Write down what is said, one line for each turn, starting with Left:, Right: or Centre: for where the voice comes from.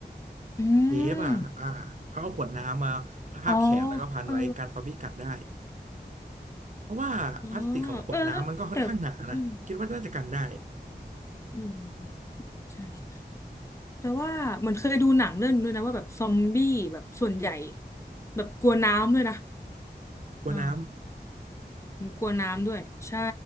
Left: อื
Right: เทปอ่ะอ่าเขาเอาขวดน้ำมาทาบแขนแล้วก็พันไว้กันซอมบี้กัดได้
Left: มอ๋อเออ
Right: เพราะว่าพลาสติกของขวดน้ำมันก็ค่อนข้างหนานะคิดว่าน่าจะกันได้
Left: อ๋อเออแต่อืมอืมใช่ใช่แต่ว่าเหมือนเคยดูหนังเรื่องนึงด้วยนะว่าแบบซอมบี้แบบส่วนใหญ่แบบกลัวน้ำด้วยนะ
Right: กลัวน้
Left: อ่ามันกลัวน้ำด้วยใช่